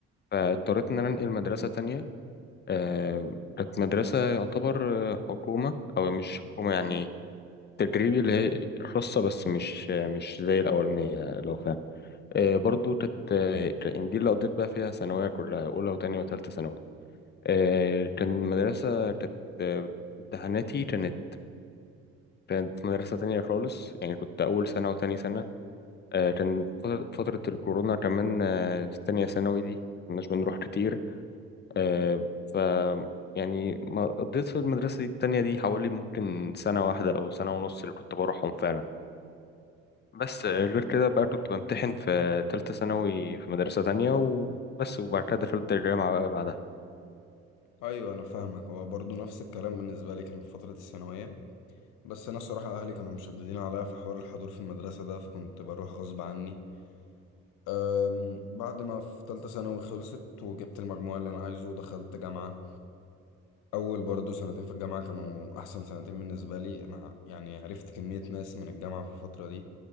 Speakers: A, on the left; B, on the left.
A: فاضطريت ان انا انقل مدرسه تانية آه، كانت مدرسه يعتبر آه، حكومه او مش حكومه يعني تدريبي اللي هي خاصة بس مش آه، مش زي الأولانية لو فاهم آه، برضو كانت آه، كان- دي اللي قضيت بقى فيها ثانوية كلها أولى وتانية وتالتة ثانوي آه، كان مدرسة كانت آه، امتحاناتي كانت كانت في مدرسة تانية خالص يعني كنت أول سنة وتاني سنة آه، كان فترة فترة الكورونا كمان آه، في تانية ثانوي دي مكناش بنروح كتير آه، ف يعني ما قضيت في المدرسة دي التانية دي حوالي ممكن سنة واحدة أو سنة ونص اللي كنت بروحهم فعلا بس
B: أ-
A: آه، غير كده بقى كنت بمتحن في تالتة ثانوي في مدرسة تانية وبس وبعد كده دخلت الجامعة بقى بعدها
B: ايوه انا فاهمك هو برضو نفس الكلام بالنسبه لي كان في فتره الثانويه بس انا الصراحه اهلي كانوا مشددين عليا في حوار الحضور في المدرسه ده فكنت بروح غصب عني أم، بعد ما في تالتة ثانوي خلصت وجبت المجموع اللي انا عايزه ودخلت جامعه اول برضه سنتين في الجامعه كانوا احسن سنتين بالنسبه لي انا يعني عرفت كميه ناس من الجامعه في الفتره دي